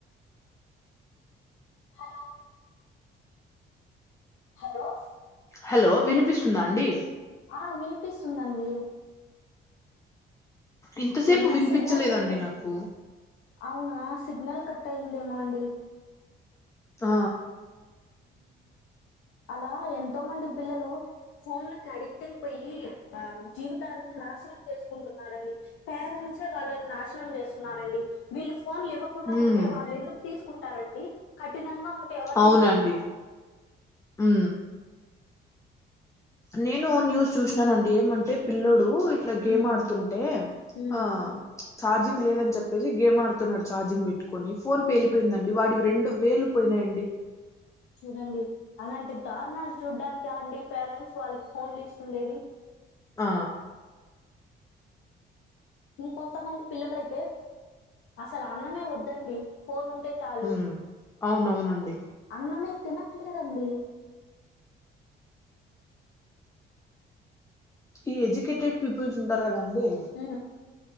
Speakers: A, on the left; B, on the left.
A: హలో హలో
B: హలో వినిపిస్సుందా అండి
A: ఆ వినిపిస్సుందండీ
B: ఇంతసేపు
A: ఏమనా
B: వినిపించలేదండి
A: సిగ్నల్ కట్ అయ్
B: నాకు
A: అవునా సిగ్నల్ కట్ అయిందేమో అండి
B: ఆ
A: అలా ఎంతో మంది పిల్లలు ఫోన్లకు అడిక్ట్ అయ్ పొయ్యి ఆ జీవితాల్ని నాశనం జేసుకుంటున్నారండి పేరెంట్సే వాళ్ళని నాశనం జేస్సున్నారండి వీళ్ళు ఫోన్లు ఇవ్వ కుండా
B: ఉమ్
A: ఉంటే వాళ్ళు ఎందుకు తీసుకుంటారండి కఠినంగా ఉంటే ఎవ
B: అవునా అండి ఊ నేనూ న్యూస్ చూసినానండి ఏమంటే పిల్లోడూ ఇట్ల గేమ్
A: ఉమ్,
B: ఆడుతుంటే
A: ఉమ్.
B: ఆ ఛార్జింగ్ లేదని చెప్పేసి గేమ్ ఆడుతున్నాడు ఛార్జింగ్ పెట్టుకని ఫోన్
A: ఉమ్,
B: పేలిపోయిందండి వాడివి రెండు వేలు పోయినాయండి
A: చూడండి అలాంటి దారుణాలు చూడ్డానికి అండి పేరెంట్స్ వాళ్ళకి ఫోన్లు ఇస్తుండేది
B: ఆ
A: ఇంకొంతమంది పిల్లలైతే అసలు అన్నమే వద్దండి ఫోన్ ఉంటే చాలు
B: ఉ అవునవునండి
A: అన్నమే తినట్లేరండి
B: ఈ ఎడ్యుకేటెడ్ పీపుల్స్ ఉంటారు కదండి
A: ఆ